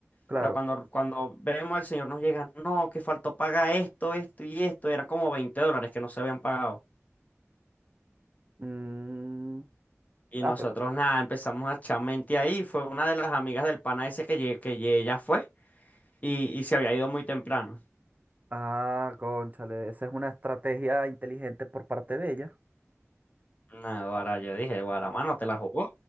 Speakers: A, on the right (about 35°); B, on the left (about 30°).
A: claro.
B: Ahora, cuando, cuando vemos al señor nos llega, no, que faltó pagar esto, esto y esto, eran como 20 dólares que no se habían pagado.
A: Mm,
B: Y
A: ah,
B: nosotros
A: pero.
B: nada, empezamos a echar mente ahí, fue una de las amigas del pana ese que, lle- que lle- ella fue y, y se había ido muy temprano.
A: Ah, cónchale, esa es una estrategia inteligente por parte de ella.
B: Nada, ahora yo dije, Guaramano, ¿te la jugó?